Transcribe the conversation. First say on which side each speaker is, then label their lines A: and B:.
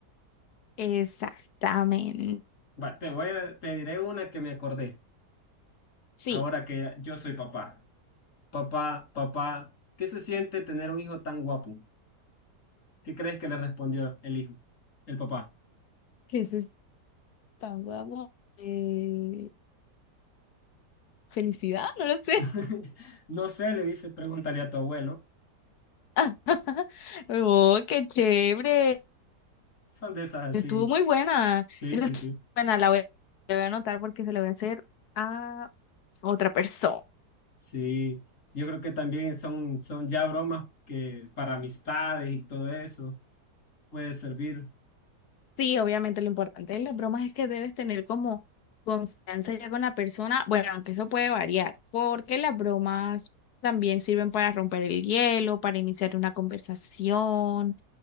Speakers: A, on the left; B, on the left.
A: Exactamente.
B: Va, te voy a- te diré una que me acordé.
A: Sí,
B: Ahora que yo soy papá. Papá, papá, ¿qué se siente tener un hijo tan guapo? ¿Qué crees que le respondió el hijo? El papá.
A: que eso es tan guapo. Eh, felicidad, no lo sé.
B: <laughs> No sé, le dice, pregúntale a tu abuelo.
A: <laughs> Oh, qué chévere.
B: Son de esas
A: Estuvo
B: así.
A: muy buena.
B: Sí,
A: Esa
B: sí,
A: estuvo
B: sí.
A: buena, la voy, la voy a anotar porque se la voy a hacer a otra persona.
B: Sí. Yo creo que también son, son ya bromas que para amistades y todo eso puede servir.
A: Sí, obviamente lo importante de las bromas es que debes tener como confianza ya con la persona, bueno, aunque eso puede variar, porque las bromas también sirven para romper el hielo, para iniciar una conversación,